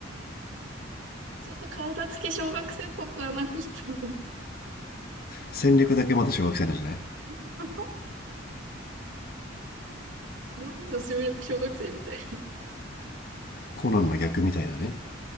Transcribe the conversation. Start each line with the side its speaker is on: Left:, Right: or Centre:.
Right: っと体つき小学生っぽくはなくしたね。
Left: 戦略だけまだ小学生なんじゃない
Right: <laughs> 脳みそ集力小学生みたい。
Left: コナンの逆みたいなね。